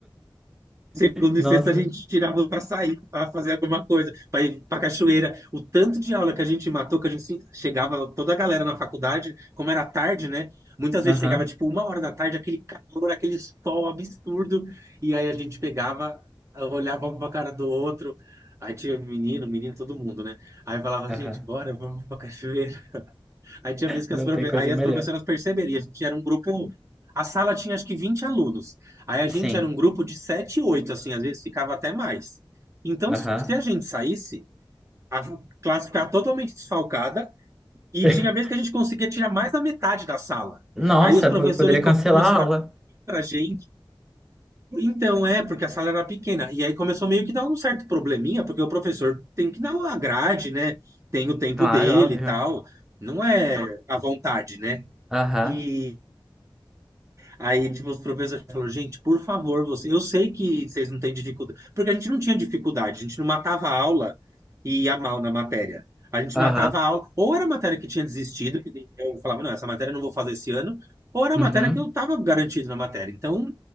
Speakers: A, on the right (about 35°); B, in the centre.
A: Segunda
B: nossa.
A: e sexta a gente tirava para sair, para fazer alguma coisa, para ir para cachoeira. O tanto de aula que a gente matou, que a gente se- chegava toda a galera na faculdade, como era tarde, né? Muitas
B: Aham,
A: vezes chegava tipo uma hora da tarde, aquele calor, aquele sol absurdo, e aí a gente pegava, olhava um para a cara do outro. Aí tinha menino, menino, todo mundo, né? Aí falava,
B: aham.
A: gente, bora, vamos para cachoeira. Aí tinha vezes que
B: Não
A: as, profe-
B: tem coisa
A: aí
B: melhor.
A: as professoras perceberam, a gente era um grupo. A sala tinha acho que 20 alunos. Aí a gente
B: Sim,
A: era um grupo de 7, 8, assim, às vezes ficava até mais. Então,
B: aham.
A: se se a gente saísse, a classe ficava totalmente desfalcada, e
B: <laughs>
A: tinha vezes que a gente conseguia tirar mais da metade da sala.
B: Nossa,
A: Aí os
B: eu
A: professores
B: poderia cancelar
A: começaram
B: a aula.
A: a vir pra gente. Então, é, porque a sala era pequena. E aí começou meio que dar um certo probleminha, porque o professor tem que dar uma grade, né? Tem o tempo
B: Claro,
A: dele
B: óbvio.
A: e tal. Não é à vontade, né?
B: Aham,
A: E aí, tipo, os professores falaram, gente, por favor, você... eu sei que vocês não têm dificuldade, porque a gente não tinha dificuldade, a gente não matava a aula e ia mal na matéria. A gente
B: aham,
A: matava a aula, ou era a matéria que tinha desistido, que nem eu falava, não, essa matéria eu não vou fazer esse ano, ou era
B: uhum.
A: a matéria que eu estava garantido na matéria. Então,